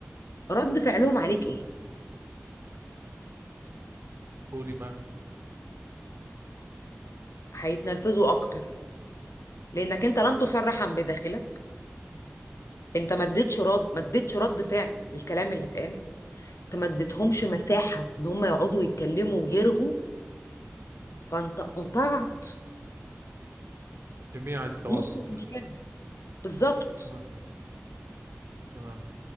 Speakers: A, on the left (about 90°); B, on the right (about 60°).
A: رد فعلهم عليك ايه
B: قولي ما هي
A: هيتنرفزوا اكتر لانك انت لم تصرح عن بداخلك انت ما اديتش رد ما اديتش رد فعل للكلام اللي اتقال انت ما اديتهمش
B: تمام
A: مساحه ان هم يقعدوا يتكلموا ويرغوا فانت قطعت
B: جميع التواصل
A: نص المشكله
B: الم-
A: بالظبط
B: تمام تمام